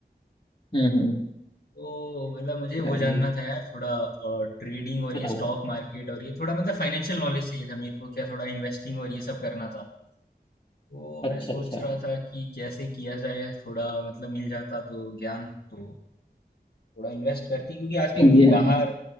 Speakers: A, on the left; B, on the left.
A: हम्म हम्म
B: तो मतलब मुझे
A: चलिए
B: वो जानना था यार थोड़ा ट्रेडिंग और
A: बताओ
B: ये स्टॉक मार्केट और ये थोड़ा मतलब फाइनेंशियल नॉलेज चाहिए था मेरे को क्या थोड़ा इन्वेस्टिंग और ये सब करना था तो मैं
A: अच्छा
B: सोच
A: अच्छा <laughs>
B: रहा था कि कैसे किया जाए थोड़ा मतलब मिल जाता तो ज्ञान तो थोड़ा इन्वेस्ट करती क्योंकि आजकल
A: ये
B: बाहर
A: हाँ